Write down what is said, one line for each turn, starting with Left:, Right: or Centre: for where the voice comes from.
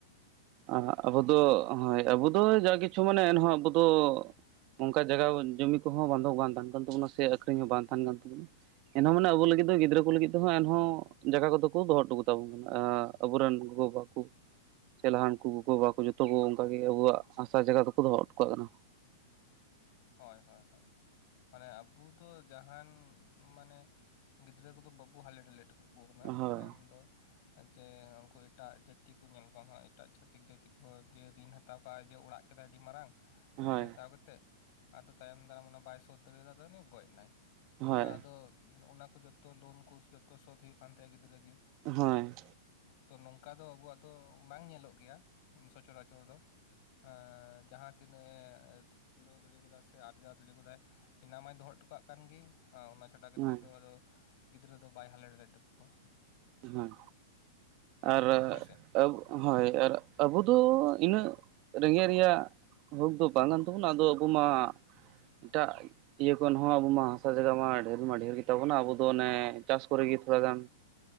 Right: ᱦᱳᱭ ᱟᱵᱚ ᱫᱚ ᱦᱳᱭ ᱟᱵᱚ ᱫᱚ ᱡᱟ ᱠᱤᱪᱷᱩ ᱢᱟᱱᱮ ᱮᱱᱦᱚᱸ ᱟᱵᱚ ᱫᱚᱼᱼ ᱚᱝᱠᱟ ᱡᱟᱜᱟ ᱡᱩᱢᱤ ᱠᱚᱦᱚᱸ ᱵᱚᱱᱫᱷᱚᱠ ᱵᱟᱝ ᱛᱟᱦᱮᱱ ᱠᱟᱱ ᱛᱟᱵᱚᱱᱟ ᱥᱮ ᱟᱠᱷᱨᱤᱧ ᱦᱚᱸ ᱵᱟᱝ ᱛᱟᱦᱮᱱ ᱠᱟᱱ ᱛᱟᱵᱚᱱᱟᱼᱼ ᱮᱱᱦᱚᱸ ᱢᱟᱱᱮ ᱟᱵᱚ ᱞᱟᱹᱜᱤᱫ ᱫᱚ ᱜᱤᱫᱽᱨᱟᱹ ᱠᱚ ᱞᱟᱹᱜᱤᱫ ᱫᱚ ᱮᱱᱦᱚᱸ ᱡᱟᱜᱟ ᱠᱚᱫᱚ ᱠᱚ ᱫᱚᱦᱚ ᱴᱚ ᱠᱟᱛᱟ ᱵᱚᱱ ᱠᱟᱱᱟ᱾ ᱟᱵᱚᱨᱮᱱ ᱜᱚᱜᱚᱼᱵᱟ᱾ ᱪᱮᱞᱦᱟᱱ ᱠᱚ ᱜᱚᱜᱚᱵᱟᱵᱟ ᱡᱚᱛᱚ ᱠᱚ ᱚᱝᱠᱟ ᱜᱮ ᱟᱵᱚᱣᱟᱜ ᱦᱟᱥᱟ ᱡᱟᱜᱟ ᱫᱚᱠᱚ ᱫᱚᱦᱚ ᱴᱚ ᱠᱟᱜ ᱠᱟᱱᱟ᱾
Left: ᱦᱳᱭ ᱦᱳᱭ ᱦᱳᱭ ᱢᱟᱱᱮ ᱟᱵᱚ ᱫᱚ ᱡᱟᱦᱟᱱ ᱢᱟᱱᱮ, ᱜᱤᱫᱽᱨᱟᱹ ᱠᱚᱫᱚ ᱵᱟᱵᱚ ᱦᱟᱞᱮ ᱰᱟᱞᱮ ᱴᱚ᱾ <inaudible> ᱠᱟᱱᱟ
Right: ᱦᱳᱭ
Left: ᱢᱮᱱᱫᱚ ᱡᱮ ᱩᱠᱩ ᱮᱴᱟᱜ ᱡᱟᱹᱛᱤ ᱠᱚ ᱧᱮᱞ ᱠᱚᱢ ᱦᱟᱜ ᱮᱴᱟᱜ ᱪᱷᱟᱟᱹᱛᱤᱠ ᱡᱟᱹᱛᱤ ᱠᱚᱦᱚᱸ ᱡᱮ ᱫᱤᱱ ᱦᱟ᱾ ᱦᱟᱛᱟᱣ ᱠᱟᱜᱟᱭ ᱡᱮ ᱚᱲᱟᱜ ᱠᱮᱫᱟᱭ ᱟᱹᱰᱤ ᱢᱟᱨᱟᱝ
Right: ᱦᱳᱭ
Left: ᱨᱤᱱ ᱦᱟᱛᱟᱣ ᱠᱟᱛᱮᱫ᱾ ᱟᱫᱚ ᱛᱟᱭᱚᱢ ᱫᱟᱨᱟᱢ ᱚᱱᱟ ᱵᱟᱭ ᱥᱳᱛᱫᱟᱬᱮᱫᱟ ᱩᱱᱤ ᱜᱚᱡ ᱱᱟᱭ,
Right: ᱦᱳᱭ
Left: ᱢᱟ ᱟᱫᱚ ᱚᱱᱟ ᱠᱚ ᱡᱚ᱾ ᱛᱚ ᱞᱳᱱ ᱠᱚ ᱡᱚᱛᱚ ᱥᱳᱫ ᱦᱩᱭᱩᱜᱳ ᱠᱟᱱ ᱛᱟᱭᱟ ᱜᱤᱫᱽᱨᱟᱹ ᱜᱮ᱾
Right: ᱦᱳᱭ
Left: ᱛᱚ ᱱᱚᱝᱠᱟ ᱫᱚ ᱟᱵᱚᱣᱟᱜ ᱫᱚ ᱵᱟᱝ ᱧᱮᱞᱚᱜ ᱜᱮᱭᱟ ᱥᱚᱪᱚᱨᱟᱪᱚᱨ ᱫᱚ᱾ ᱮᱻ ᱡᱟᱦᱟᱸ ᱛᱤᱱᱟᱹᱜ ᱮ ᱠᱩᱞᱟᱹᱣ ᱫᱟᱲᱮ ᱠᱟᱫᱟ᱾ ᱥᱮ ᱟᱨᱡᱟᱣ ᱫᱟᱲᱮ ᱠᱟᱫᱟᱭ ᱮᱱᱟ ᱢᱟᱭ ᱫᱚᱦᱚ ᱦᱚᱴᱚ ᱠᱟᱜ ᱠᱟᱱ ᱜᱮ ᱚᱱᱟ ᱪᱷᱟᱰᱟ ᱠᱟᱛᱮᱜ
Right: ᱦᱳᱭ
Left: ᱫᱚ ᱟᱫᱚ᱾ ᱜᱤᱫᱽᱨᱟᱹ ᱫᱚ ᱵᱟᱭ ᱦᱟᱞᱮᱰᱟᱞᱮ ᱦᱚᱴᱚ ᱠᱟᱠᱣᱟ᱾
Right: ᱦᱮᱸ ᱟᱨ
Left: ᱦᱳᱭ ᱥᱮ
Right: ᱟᱵᱩ ᱦᱳᱭ ᱟᱨ ᱟᱵᱚ ᱫᱚ ᱤᱱᱟᱹᱜ ᱨᱮᱸᱜᱮᱡ ᱨᱮᱭᱟᱜ᱾ ᱦᱚᱠ ᱫᱚ ᱵᱟᱝ ᱠᱟᱱ ᱛᱟᱵᱚᱱᱟ ᱟᱫᱚ ᱟᱵᱚ ᱢᱟ ᱮᱴᱟᱜ᱾ ᱤᱭᱟᱹ ᱠᱷᱚᱱ ᱦᱚᱸ ᱟᱵᱚ ᱢᱟ ᱦᱟᱥᱟ ᱡᱟᱭᱜᱟ ᱢᱟ ᱰᱷᱮᱨ ᱢᱟ ᱰᱷᱮᱨ ᱜᱮᱛᱟᱵᱚᱱᱟ ᱟᱵᱚ ᱫᱚ ᱚᱱᱮ ᱪᱟᱥ ᱠᱚᱨᱮᱜᱮ ᱛᱷᱚᱲᱟ ᱜᱟᱱ᱾